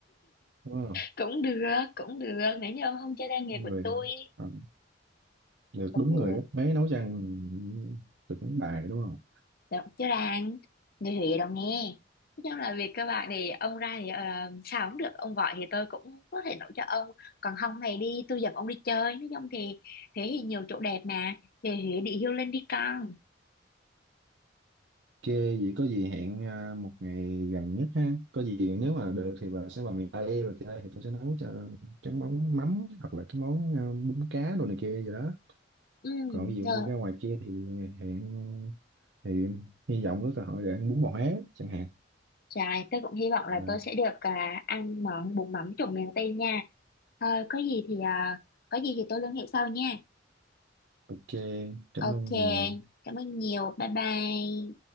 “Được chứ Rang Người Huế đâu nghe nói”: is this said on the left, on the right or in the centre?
Left